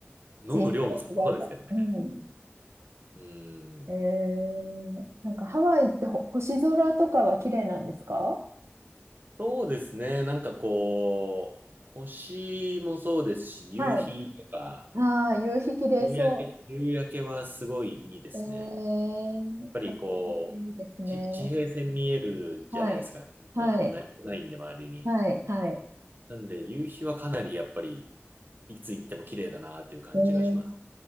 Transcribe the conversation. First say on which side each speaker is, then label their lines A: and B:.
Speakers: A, on the right; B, on the right.
A: 飲む量もさそうですけどね。
B: 人種が違うから。うん。
A: うん。
B: えー、なんかハワイってほ星空とかは綺麗なんですか
A: そうですね。なんかこう、星もそうですし、夕日とか、
B: はい。ああ、夕日綺麗そ
A: 夕焼け、夕焼けはすごいいいですね。
B: う。えー、
A: やっぱりこう、
B: あいいですね。
A: ち地平線見えるじゃないですか。
B: はい。
A: 結構こう、
B: はい。
A: 何もないんで、周りに。
B: はい。はい。
A: なんで、夕日はかなりやっぱり、いつ行っても綺麗だなっていう感じがします。
B: えー、